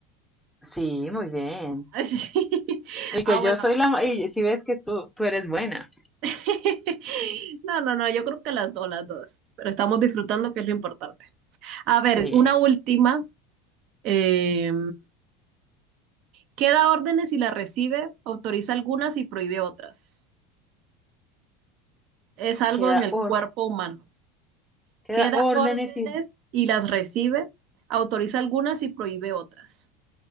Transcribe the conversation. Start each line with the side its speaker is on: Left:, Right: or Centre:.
Centre: Sí, muy bien.
Right: <laughs> Sí.
Centre: Y que
Right: Ah,
Centre: yo
Right: bueno.
Centre: soy la... ma- Y si ves que tú, tú eres buena.
Right: <laughs> No, no, no, yo creo que las dos, las dos. Pero estamos disfrutando, que es lo importante. A ver,
Centre: Sí,
Right: una última. Eh, ¿qué da órdenes y las recibe? Autoriza algunas y prohíbe otras. Es algo
Centre: queda
Right: en el
Centre: or-
Right: cuerpo humano.
Centre: que
Right: que da
Centre: órdenes
Right: órdenes
Centre: y
Right: y las recibe, autoriza algunas y prohíbe otras.